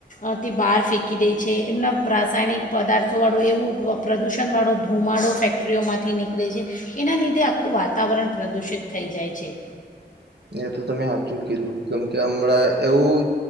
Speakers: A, on the left; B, on the right.
A: અ તે બહાર ફેંકી દે છે, એમના રાસાયણિક પદાર્થોવાળું એવું પ્ર પ્રદૂષનવાળો ધુમાડો ફેક્ટરીઓમાંથી નીકળે છે, એના લીધે આખું વાતાવરણ પ્રદૂષિત થઈ જાય છે.
B: એ તો તમે સાાચું કીધું કેમ કે હમણાં એવું